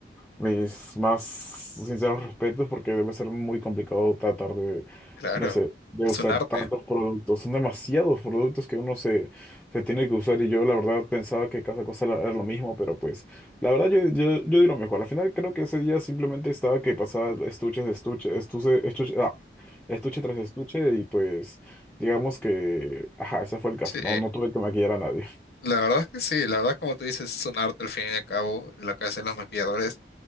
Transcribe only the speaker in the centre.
mis más sinceros respetos porque debe ser muy complicado tratar de,
no sé, de
usar
tantos productos, son demasiados productos que uno se se tiene que usar y yo la verdad pensaba que cada cosa era era lo mismo, pero pues la verdad yo, yo, yo di lo mejor. Al final creo que ese día simplemente estaba que pasaba estuches de estuche, estuche, estuche, ah, estuche tras estuche y pues digamos que, ajá, ese fue el caso,
no, no tuve que maquillar a nadie.